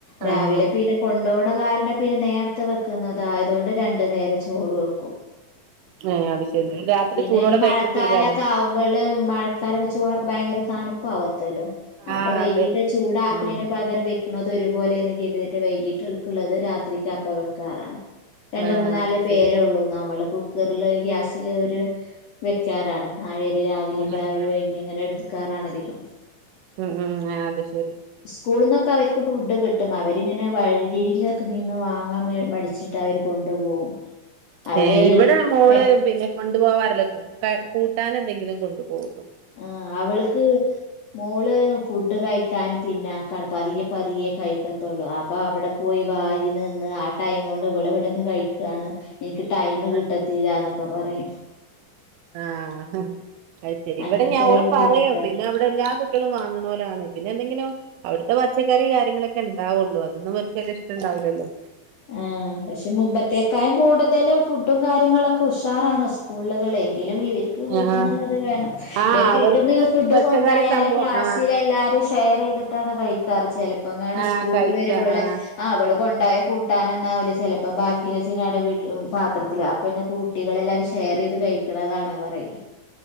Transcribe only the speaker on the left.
രാവിലെ
പിന്നെ കൊണ്ടോണ കാരണം പിന്നെ നേരത്തെ വെക്ക്ന്നതാ അതുകൊണ്ട് രണ്ടു നേരം ചോറ് വെക്കും.
പിന്നെ
ഈ മഴക്കാലൊക്കെ
ആവുമ്പോള് മഴക്കാലോക്കെ ചോറൊക്കെ ഭയങ്കര തണുപ്പാവ തല്ലോ അപ്പൊ
വൈകീട്ട്
ചൂടാക്ക്ണേന്
പകരം വെ അത് ഒരുപോലെന്ന് കേട്ടിട്ട് വൈകിട്ട്ക്കുള്ളത് രാത്രിക്ക് അപ്പ വെക്കാറാണ് രണ്ട്
മൂന്ന് നാല്
പേരെ
ഉള്ളൂ നമ്മള് റില് ഗ്യാസില് വ ത് വെക്കാറാണ് നാഴരി രാവിലെയും
രാവിലെ വയ്
ഇങ്ങനെ എടുക്കറാണ യിക്കാം
സ്കൂളിൽന്നൊക്കെ അവർക്ക് ഫുഡ് കിട്ടും അവരിങ്ങനെ വഴരിലൊക്കെ നിന്ന് വാങ്ങാൻ മടിച്ചിട്ട് അവര് കൊണ്ടുപോകും അവര്
പെ
ആ അവള്ക്ക് മോള് ഫുഡ് കഴിക്കാനും പിന്നാക്കാണ് പതിയെ പതിയേ കഴിക്കത്തുള്ളൂ അപ്പൊ അവിടെ പോയി വാരി നിന്ന് ആ ടൈം കൊണ്ട് ഇവിളവിടെന്ന് കഴിക്കയാണ് എനിക്ക് ടൈം
കിട്ടത്തില്ലന്ന് ഒക്കെ പറയും
അങ്ങനത്തെ
ഒരു
ബുദ്ധിമുട്ടാണ്
ആ പക്ഷെ മുമ്പത്തേക്കായും കൂടുതലും ഫുഡും കാര്യങ്ങളൊക്കെ ഉഷാറാണോ സ്കൂളുകളെ കിലും ഇവര്ക്ക് വീട്ടിന്നുള്ളത്
വേണം
ഇവർ
വീട്ടിന്ന് ഫുഡ്
കൊണ്ടായാലും
ക്ലാസ്സിൽ
എല്ലാരും ഷെയർ ചെയ്തിട്ടാണ് കയി ക്കർ ചെല് ഇപ്പങ്ങാണം
സ്കൂള്റ്റ്
വരുമ്പളെ
അവള് കൊണ്ടായ <unintelligible> കിട്ടാനൊന്നാവില്ല ചെലപ്പോ ബാക്കിച്ചങ്ങാ വിട്ടി പാത്ര തിൽ അപ്പന്നെ കൂട്ടികളെല്ലാരും സ് ഷെയർ ചെയ്ത് കഴിക്കണതാണ് പറയും